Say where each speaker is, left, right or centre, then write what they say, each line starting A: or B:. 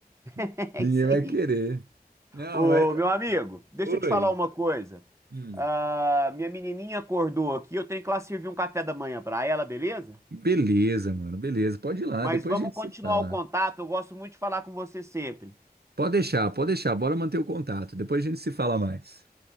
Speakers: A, on the right (about 15°); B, on the right (about 80°).
A: <laughs>
B: <laughs>
A: É
B: Ninguém
A: isso
B: vai
A: aí.
B: querer. Não,
A: Ô,
B: mas.
A: meu amigo, deixa
B: Oi.
A: eu te falar uma coisa.
B: Hum.
A: Ah, minha menininha acordou aqui, eu tenho que lá servir um café da manhã pra ela, beleza?
B: Beleza, mano, beleza. Pode ir lá,
A: Mas
B: depois
A: vamos
B: a gente
A: continuar
B: se fala.
A: o contato, eu gosto muito de falar com você sempre.
B: Pode deixar, pode deixar. Bora manter o contato. Depois a gente se fala mais.